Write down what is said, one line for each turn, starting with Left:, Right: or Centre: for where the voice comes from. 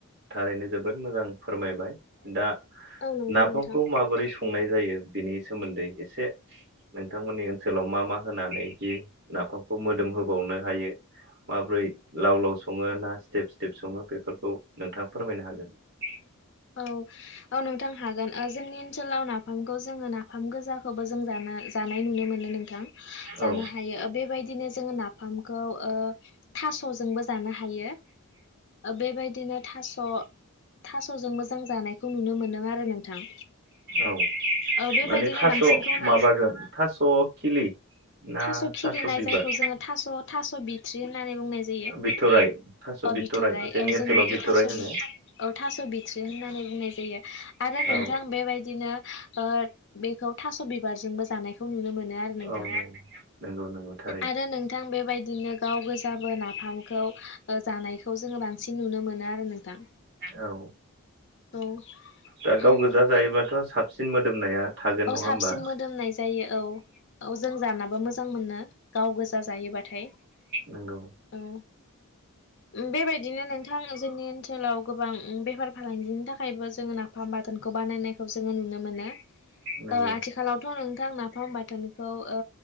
Right: थारैनो जोबोद मोजां फोरमायबाय दा
Left: औ नंगौ
Right: नाफामखौ
Left: नोंथां
Right: माबोरै संनाय जायो बिनि सोमोन्दै एसे नोंथांमोननि ओनसोलाव मा मा होनानै जि नाफामखौ मोदोम होबावनो नो हायो। माब्रै लाव लाव सङो ना स्टेप स्टेप सङो बेफोरखौ नोंथाङा फोरमायनो हागोन। <unintelligible>
Left: औ औ नोंथां हागोन ओ जोंनि ओनसोलाव नाफामखौ जोङो नाफाम गोजाखौबो जों जाना जानाय नुनो मोनो नोंथां जानो
Right: औ
Left: हायो ओ बेबायदिनो जोङो नाफामखौ ओ थास'जों नोंबो जानो हायो बेबायदिनो थास' थास'जोंबो जों जानाय खौ नुनो मोनदों आरो नोंथां।
Right: औ
Left: ओ बेबायदिनो
Right: माने थास'
Left: बांसिनखौनो
Right: माबाजों थास' खिलि ना
Left: थास' खिलिनाय
Right: बिबार
Left: जायखौ जोङो थास' थास' बिथ्रि होननानै बुंनाय जायो।
Right: बिथ'राइ थास'
Left: ओ
Right: बिथ'राइ
Left: बिथ'राय
Right: जोंनि
Left: औ
Right: ओनसोलाव
Left: जोंनिखि
Right: बिथ'राइ
Left: थास'
Right: होनो
Left: बिथ' औ थास' बिथ्रि होननानै बुंनाय जायो आरो नोंथां
Right: औ
Left: बेबायदिनो ओ बेखौ थास' बिबारजोंबो जानायखौ नुनो मोनो आरो नोंथां।
Right: औ नंगौ नोंथां।
Left: आरो नोंथां बेबायदिनो गाव गोजाबो नाफामखौ ओ जानायखौ जोंङो बांसिन नुनो मो मोनो आरो नोंथां।
Right: औ
Left: औ
Right: दा
Left: उम
Right: गाव गोजा जायोबाथ' साबसिन मोदोमनाया थागोन
Left: औ
Right: नङा
Left: साबसिन
Right: होमबा
Left: मोदोमनाय जायो औ। औ जों जानाबो मोजां मोनो गाव गोजा जायोबाथाय।
Right: नंगौ
Left: औ उम बेबायदिनो नोंथां जोंनि ओनसोलाव गोबां उम बेफार फालांगिनि थाखायबो जोङो नाफाम बाथोनखौ बानायनायखौ जोङो नुनो मोनो।
Right: नंगौ
Left: ओ आथिखालावथ' नोंथां नाफाम बाथोनखौ ओ